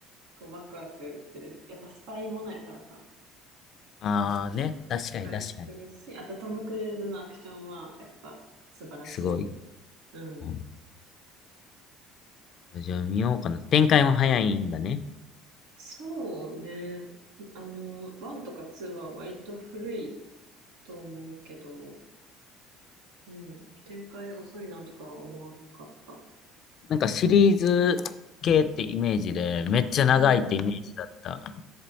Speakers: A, on the right; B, on the left.
A: こう、ワクワクする。やっぱスパイものやからさ、
B: ああね、確かに確かに。
A: ワクワクするし、あとトム・クルーズのアクションは、やっぱ素晴らしい。
B: すごい。
A: うん。
B: うんじゃあ見ようかな。展開も早いんだね。
A: そうね。あの、ワンとかツーは割と古いと思うけど、うん。展開遅いなとかは思わんかった。
B: なんかシリーズ系ってイメージで、めっちゃ長いってイメージだった。
A: うんうん。